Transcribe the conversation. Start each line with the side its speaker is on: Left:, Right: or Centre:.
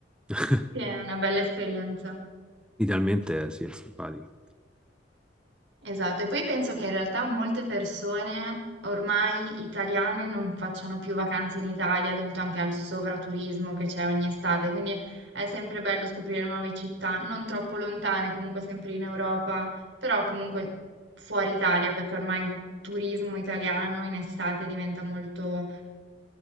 Centre: <laughs>
Right: che è una bella esperienza.
Centre: Idealmente sì, è simpatico.
Right: Esatto, e poi penso che in realtà molte persone ormai italiane non facciano più vacanze in Italia dovuto anche al sovraturismo che c'è ogni estate, quindi è sempre bello scoprire nuove città, non troppo lontane, comunque sempre in Europa, però comunque fuori Italia, perché ormai il turismo italiano in estate diventa molto